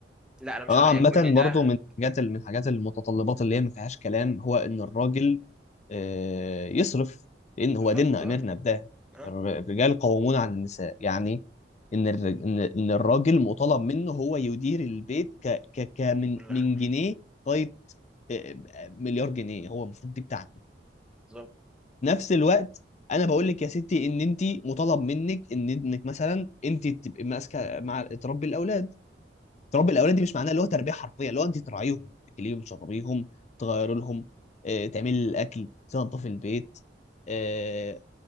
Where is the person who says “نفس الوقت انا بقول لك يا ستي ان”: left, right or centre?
Left